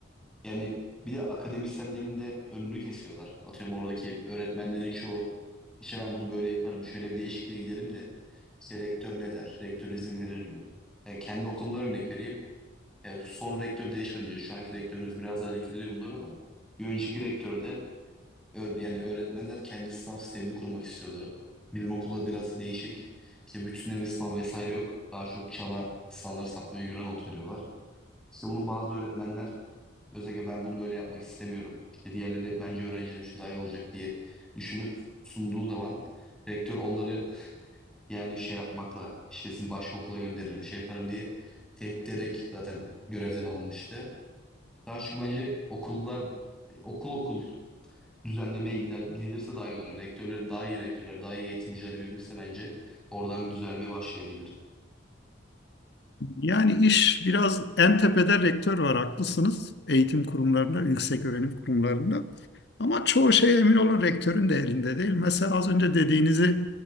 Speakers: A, in the centre; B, on the left.
A: Yani bir de akademisyenlerin de önünü kesiyorlar. Atıyorum oradaki öğretmenlerin çoğu işte ben bunu böyle yaparım şöyle bir değişikliğe giderim de işte rektör ne der? Rektör izin verir mi? Yani kendi okulumdan örnek vereyim. Yani son rektör değişmedi diyor. Şu anki rektörümüz biraz daha dikkat ediyor bunlara da. Bir önceki rektör de öğ- yani öğretmenler kendi sınav sistemini kurmak istiyordu. Bizim okulda biraz değişik. İşte bütünleme sınavı vesaire yok. Daha çok çana standart sapmaya göre not veriyorlar. İşte bunu bazı öğretmenler Özellikle ben bunu böyle yapmak istemiyorum. İşte diğerleri de bence öğrencilerim için daha iyi olacak diye düşünüp sunduğu zaman rektör onları <laughs> yani şey yapmakla işte sizi başka okula gönderirim şey yaparım diye tehdit ederek zaten görevden alınmıştı. Daha çok bence okullar okul okul düzenlemeye gider, gidilirse daha iyi olur. Yani rektörlere daha iyi rektörler daha iyi eğitimciler verilirse bence oradan bir düzelmeye başlayabilir.
B: Yani iş biraz en tepede rektör var haklısınız. Eğitim kurumlarında, yüksek öğrenim kurumlarında. Ama çoğu şey emin olun rektörün de elinde değil. Mesela az önce dediğinizi